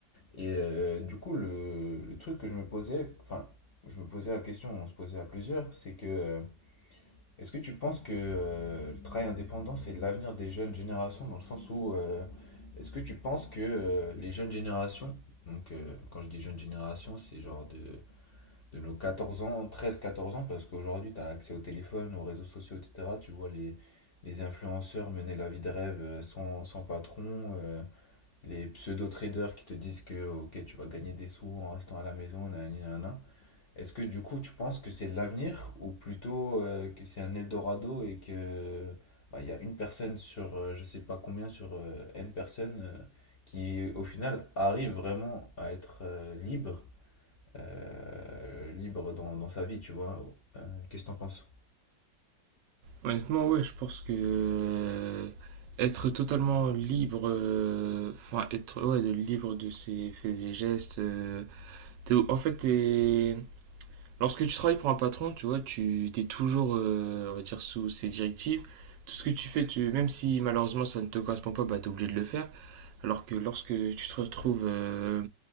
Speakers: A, on the left; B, on the right.
A: Et euh, du coup, le, le truc que je me posais, enfin, je me posais la question, on se posait à plusieurs, c'est que euh, est-ce que tu penses que euh, le travail indépendant, c'est l'avenir des jeunes générations dans le sens où euh, est-ce que tu penses que euh, les jeunes générations, donc euh, quand je dis jeunes générations, c'est genre de de nos 14 ans, treize quatorze ans, parce qu'aujourd'hui, tu as accès au téléphone, aux réseaux sociaux, etc. Tu vois les, les influenceurs mener la vie de rêve euh, sans, sans patron, euh, les pseudo-traders qui te disent que ok, tu vas gagner des sous en restant à la maison, nanani, nanana. Est-ce que du coup, tu penses que c'est l'avenir ou plutôt euh, que c'est un Eldorado et que bah, il y a une personne sur euh, je sais pas combien, sur euh, N personnes euh, qui au final arrive vraiment à être euh, libre euh, libre dans, dans sa vie, tu vois. Euh, qu'est-ce que t'en penses?
B: Honnêtement, ouais, je pense que euh, être totalement libre, euh, enfin être ouais, de- libre de ses faits et gestes. euh, t'es- en fait, t'es- lorsque tu travailles pour un patron, tu vois, tu t'es toujours, euh, on va dire, sous ses directives. Tout ce que tu fais, tu, même si malheureusement ça ne te correspond pas, bah, t'es obligé de le faire. Alors que lorsque tu te retrouves euh,